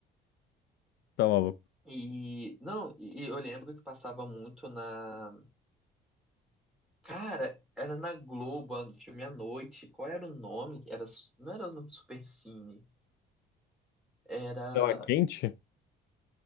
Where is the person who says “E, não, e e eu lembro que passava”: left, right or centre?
Centre